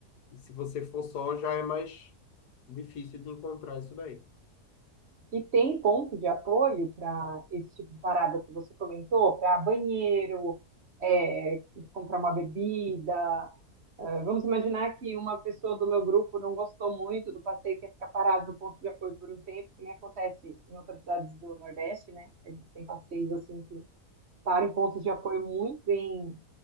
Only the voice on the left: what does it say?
E se você for só, já é mais difícil de encontrar isso daí.